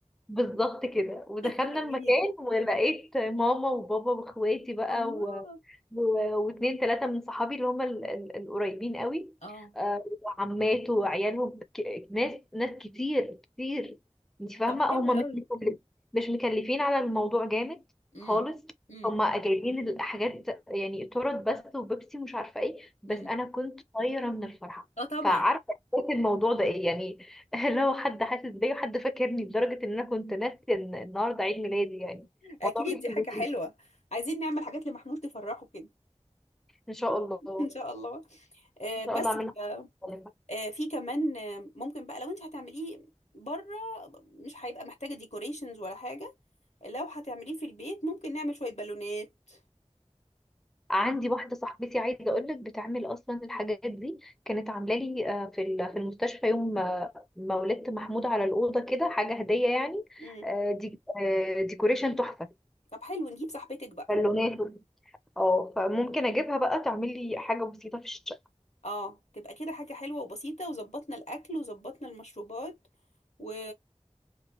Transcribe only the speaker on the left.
<laughs> حلوين
الله
اه
طب حلو
قوي
امم
امم
امم
اه طبعا
اكيد
دي
حاجه حلوه عايزين نعمل حاجات لمحمود تفرحه كده
<laughs> ان شاء الله آه،
بس
ف-
آه، في كمان آه، ممكن بقى لو انت هتعمليه بره مش هيبقى محتاجه ديكوريشنز ولا حاجه لو هتعمليه في البيت ممكن نعمل شويه بالونات
امم
طب حلو نجيب صاحبتك بقى
اه تبقى كده حاجه حلوه وبسيطه وظبطنا الاكل وظبطنا المشروبات و